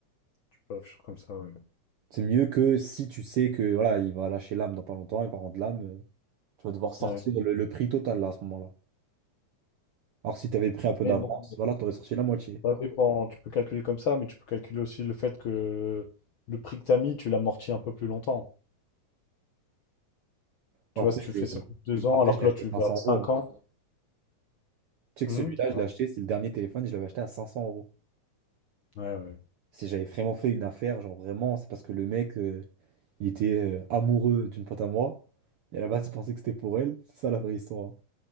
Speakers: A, on the left; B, on the right.
A: Tu peux afficher comme ça, ouais.
B: C'est mieux que si tu sais que voilà, il va lâcher l'âme dans pas longtemps, il va rendre l'âme. euh, tu vas devoir sortir
A: Ouais.
B: le, le prix total là, à ce moment-là. Alors, si tu avais pris un peu
A: Mais
B: d'avance,
A: bon,
B: voilà, tu aurais sorti la moitié.
A: ça dépend. Tu peux calculer comme ça, mais tu peux calculer aussi le fait que le prix que t'as mis, tu l'amortis un peu plus longtemps.
B: Bon,
A: Tu vois,
B: Après,
A: si tu fais ça en deux ans,
B: Après,
A: alors
B: je
A: que
B: l'ai
A: là,
B: acheté
A: tu le
B: 500
A: gardes cinq
B: euros.
A: ans.
B: hein. Tu sais
A: Mmh.
B: que celui-là, je
A: Ouais,
B: l'ai acheté, c'est le dernier téléphone, je l'avais acheté à 500 euros.
A: ouais, ouais.
B: Si j'avais vraiment fait une affaire, genre vraiment, c'est parce que le mec, euh, il était euh, amoureux d'une pote à moi. Et à la base, il pensait que c'était pour elle. C'est ça la vraie histoire. hein.